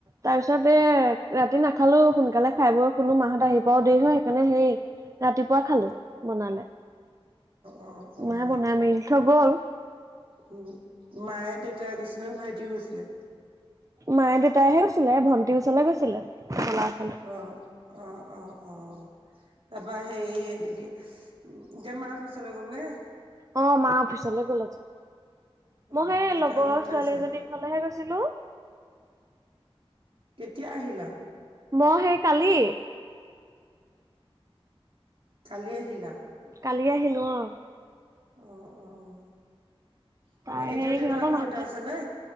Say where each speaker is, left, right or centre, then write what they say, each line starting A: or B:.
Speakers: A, on the right; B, on the right.
A: তাৰ পিছত এ ৰাতি নাখালোঁ সোনকালে খাই বৈ শুলো মাহত আহি পাও দেৰি হয় সেইকাৰণে হেই ৰাতিপুৱা খালো বনালে
B: অ অ
A: মাই বনাই
B: অ
A: মেলি থই গ'ল।
B: উম, মায়ে দেউতাই গৈছিনে ভাইটিও গৈছিলে?
A: মায়ে, দেউতাইহে গৈছিলে ভণ্টিৰ ওচৰলে গৈছিলে চলা -চলে।
B: অ', অ', অ', অ', তাৰপা আহি হেই এইটো কি এতিয়া মা অফিচলে গ'লনে?
A: অ, মা অফিচলে গ'ল আজি
B: অ
A: মই সেই
B: দেউতা
A: লগৰ
B: ঘৰতে
A: ছোৱালী
B: আছে
A: এজনীক তালেহে গৈছিলোঁ।
B: কেতিয়া আহিলা?
A: মই সেই কালি।
B: কালি আহিলা?
A: কালি আহিলো অ।
B: অ', অ', ত <unintelligible>
A: তাই
B: এতিয়া
A: সেই
B: দেউেতা
A: সিহঁতৰ
B: ঘৰতে
A: মাক
B: আছে নে?